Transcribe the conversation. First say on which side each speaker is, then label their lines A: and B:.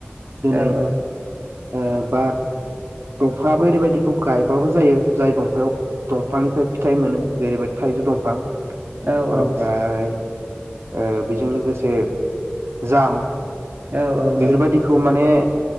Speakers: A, on the right; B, on the right.
A: दिनै
B: औ औ।
A: ओ बा दंफाङाबो ओरैबायदिखौ गायबाबो जायो जाय दंफायाव दंफांनिफ्राय फिथाइ मोनो जेरैबायदि थाइजौ दंफां
B: औ
A: ओमफ्राय ओ बेजों लोगोसे जाम
B: औ औ
A: बेफोरबायदिखौ
B: नंगौ
A: माने